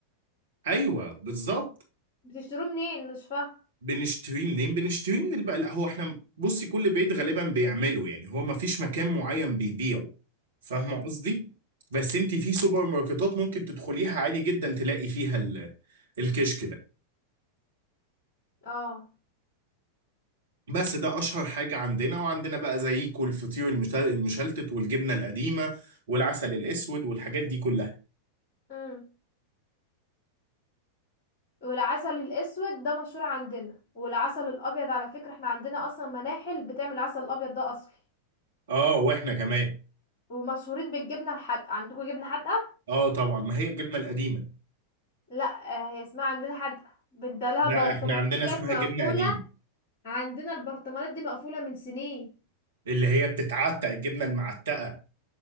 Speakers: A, on the right (about 65°); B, on the left (about 45°).
A: أيوه بالظبط
B: بتشتروه منين مش فاهمه
A: بنشتريه منين بنشتريه من البقاء لا هو احنا بصي كل بيت غالبا بيعمله يعني هو ما فيش مكان معين بيبيعه فاهمه
B: امم
A: قصدي بس انت في سوبر ماركتات ممكن تدخليها عادي جدا تلاقي فيها ال- الكشك ده
B: اه
A: بس ده اشهر حاجه عندنا وعندنا بقى زيكو الفطير المشل- المشلتت والجبنه القديمه والعسل الاسود والحاجات دي كلها
B: امم والعسل الاسود ده مشهور عندنا والعسل الابيض على فكره احنا عندنا اصلا مناحل بتعمل العسل الابيض ده اصلي
A: اه واحنا كمان
B: ومشهورين بالجبنه الحادقه عندكم جبنه حادقه
A: اه طبعا ما هي الجبنه القديمه
B: لا آه، هي اسمها عندنا حادقه بدلها
A: لا
B: برطمانات
A: احنا عندنا
B: ديت
A: اسمها
B: مقفوله
A: جبنه قديمه
B: عندنا البرطمانات دي مقفوله من سنين
A: اللي هي بتتعتق الجبنه المعتقه